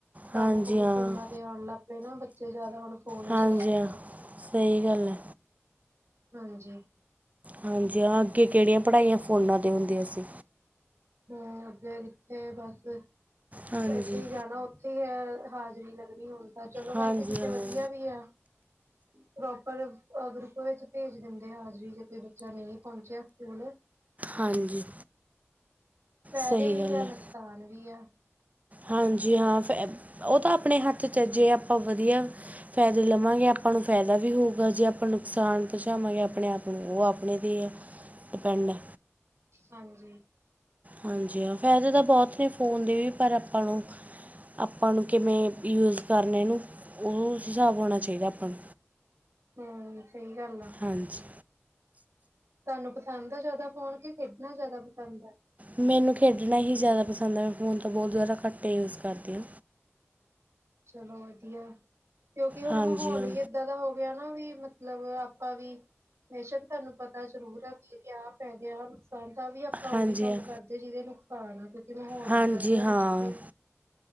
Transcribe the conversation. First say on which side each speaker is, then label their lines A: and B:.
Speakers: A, on the right; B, on the right.
A: ਕੰਮ
B: ਹਾਂਜੀ
A: ਕੁਮ
B: ਹਾਂ
A: ਫੋਨਾਂ ਤੇ ਆਉਣ ਲੱਗ ਪਏ ਨਾ ਬੱਚੇ ਜਾਦਾ ਹੁਣ ਫੋਨ ਹੀ
B: ਹਾਂਜੀ
A: ਚਲਾਉਂਦੇ
B: ਹਾਂ
A: ਆ।
B: ਸਹੀ ਗੱਲ ਐ
A: ਹਾਂਜੀ
B: ਹਾਂਜੀ ਹਾਂ ਅੱਗੇ ਕਿਹੜੀਆਂ ਪੜ੍ਹਾਈਆਂ ਫੋਨਾਂ 'ਤੇ ਹੁੰਦੀਆਂ ਸੀ
A: ਹਮ ਅੱਗੇ ਕਿੱਥੇ ਬਸ ਏਦਾਂ
B: ਹਾਂਜੀ
A: ਹੀ ਜਾਣਾ ਉ <unintelligible> ਹਾਜ਼ਰੀ ਲੱਗਣੀ ਹੁਣ ਤਾਂ, ਚਲੋ
B: ਹਾਂਜੀ
A: ਵੈਸੇ ਕਿਤੇ
B: ਹਾਂ
A: ਵਧੀਆ ਵੀ ਆ ਪ੍ਰੋਪਰ ਗਰੁੱਪ ਵਿੱਚ ਭੇਜ ਦਿੰਦੇ ਆ ਹਾਜ਼ਰੀ ਜੋ ਕੋਈ ਬੱਚਾ ਨਹੀਂ ਪਹੁੰਚਿਆ ਪੂਨ। <unintelligible>
B: ਹਾਂਜੀ
A: ਫੈਦੇ
B: ਸਹੀ
A: ਵੀ
B: ਗੱਲ
A: ਆ
B: ਹੈ
A: ਨੁਕਸਾਨ ਵੀ ਆ
B: ਹਾਂਜੀ ਹਾਂ ਫੈ ਉਹ ਤਾਂ ਆਪਣੇ ਹੱਥ ਚ ਆ ਜੇ ਆਪਾਂ ਵਧੀਆ ਫੈਦੇ ਲਵਾਂਗੇ ਆਪਾਂ ਨੂੰ ਫਾਇਦਾ ਵੀ ਹੋਊਗਾ ਜੇ ਆਪਾਂ ਨੁਕਸਾਨ ਪਹੁੰਚਾਵਾਂਗੇ ਆਪਣੇ ਆਪ ਨੂੰ ਉਹ ਆਪਣੇ ਤੇ ਆ ਡੀਪੈਂਡ ਐ
A: ਹਾਂਜੀ
B: ਹਾਂਜੀ ਹਾ ਫ਼ਾਇਦੇ ਤਾਂ ਬਹੁਤ ਨੇ ਫੋਨ ਦੇ ਵੀ ਪਰ ਆਪਾਂ ਨੂੰ ਆਪਾਂ ਨੂੰ ਕਿਵੇਂ ਯੂਜ ਕਰਨੇ ਉਹ ਹਿਸਾਬ ਹੋਣਾ ਚਾਹੀਦਾ ਆਪਾਂ ਨ
A: ਹਮ ਸਹੀ ਗੱਲ ਆ
B: ਹਾਂਜੀ
A: ਤੁਹਾਨੂੰ ਪਸੰਦ ਆ ਜ਼ਿਆਦਾ ਫੋਨ ਕੇ ਖੇਡਣਾ ਜ਼ਿਆਦਾ ਪਸੰਦ ਆ
B: ਮੈਨੂੰ ਖੇਡਣਾ ਹੀ ਜ਼ਿਆਦਾ ਪਸੰਦ ਹੈ ਮੈਂ ਫੋਨ ਤਾਂ ਬਹੁਤ ਜ਼ਿਆਦਾ ਘੱਟੇ ਯੂਜ ਕਰਦੀ ਆਂ
A: ਚਲੋ ਵਧੀਆ ਕਿਉਂਕਿ ਹੁਣ
B: ਹਾਂਜੀ
A: ਮਾਹੌਲ
B: ਹਾਂ
A: ਹੀ ਇ ਦਾਂ ਦਾ ਹੋ ਗਿਆ ਨਾ ਵੀ ਮਤਲਬ ਆਪਾਂ ਵੀ ਬੇਸ਼ੱਕ ਤੁਹਾਨੂੰ ਪਤਾ ਜ਼ਰੂਰ ਆ ਵੀ ਏਦੇ ਆ ਫੈਦੇ ਆ ਨੂੰ ਸਾਨ ਤਾਂ ਵੀ ਆਪਾਂ
B: ਹਾਂਜੀ
A: ਉਹੀ ਕੰਮ
B: ਹਾਂ
A: ਕਰਦੇ ਜਿਹਦੇ ਨੁਕਸਾਨ ਆ ਕਿਉਂਕਿ ਮਾਹੌਲ
B: ਹਾਂਜੀ
A: ਓਦਾਂ ਦੇ ਬਣ
B: ਹਾਂ
A: ਚੁੱਕੇ ਆ